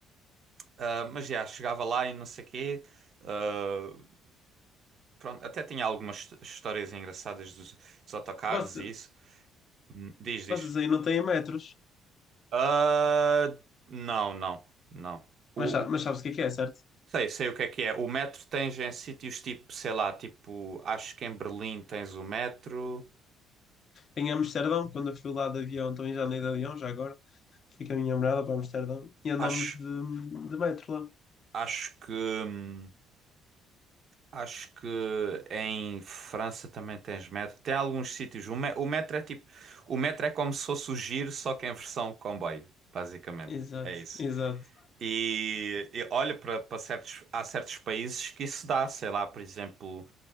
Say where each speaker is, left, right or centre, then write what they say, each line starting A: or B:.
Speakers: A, on the right; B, on the left.
A: ah, mas já, chegava lá e não sei o quê. Ah, Pronto, até tinha algumas his- histórias engraçadas dos, dos autocarros
B: Você-
A: e isso. Diz, diz.
B: vocês aí não têm metros,
A: Ah, não, não, não. O,
B: mas, sa-
A: o-
B: mas sabes o que é que é, certo?
A: sei, sei o que é que é. O metro tens em sítios tipo, sei lá, tipo, acho que em Berlim tens o metro.
B: Em Amsterdão, quando eu fui lá de avião, também já andei de avião, já agora, fui com a minha namorada para Amsterdão e andamos
A: Acho,
B: de, de metro lá.
A: acho que, hum, acho que em França também tens metro. Tem alguns sítios. O, me- o metro é tipo, o metro é como se fosse o giro, só que em versão comboio, basicamente.
B: Exato,
A: É isso.
B: exato.
A: E, e olha para para certos, há certos países que isso dá, sei lá, por exemplo,